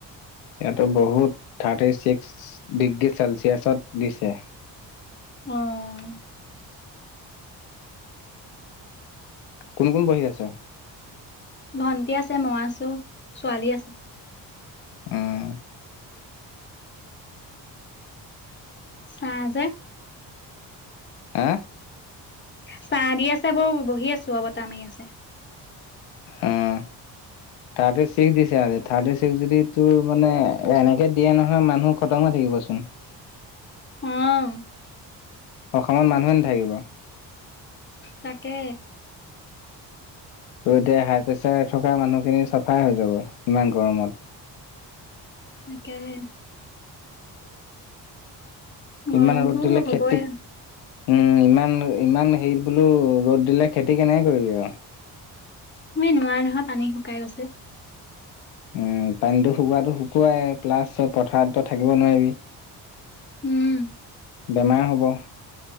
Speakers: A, on the left; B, on the left.
A: ইয়াতো বহুত থাৰ্টি ছিক্স ডিগ্ৰী চেলচিয়াছত দিছে।
B: অ'।
A: কোন কোন বহি আছ?
B: ভন্টি আছে মই আছো ছোৱালী আছে।
A: উম।
B: তাই যে
A: <unintelligible>
B: চাহ দি আছে বাৰু বহি আছো বতাহ মাৰি আছে।
A: উম ৰ্থাটি ছিক্স দিছে আজি থাৰ্টি ছিক্স যদিও তোৰ মানে এনেকে দিয়ে নহয় মানুহ খটম হৈ থাকিবচোন।
B: অ'।
A: অসমত মানুহে নাথাকিব।
B: তাকে।
A: ত' এতিয়া হাই প্ৰেচাৰ থকা মানুহখিনি চাফাই হৈ যাব ইমান গৰমত।
B: তাকেহে। গৰমটো
A: ইমানে ৰ'দ দিলে
B: হ'বই
A: খেতিক উম, ইমান-ইমান হেৰিত বোলো ৰ'দ দিলে খেতি কেনেকে কৰিবি আৰু।
B: তুমি নোৱাৰা নহয় পানী শুকাই গৈছে।
A: উম, পানীটো শুকোৱাতটো শুকুৱাই প্লাছ তই পথাৰত ত থাকিব নোৱাৰিবি।
B: উম।
A: বেমাৰ হ'ব।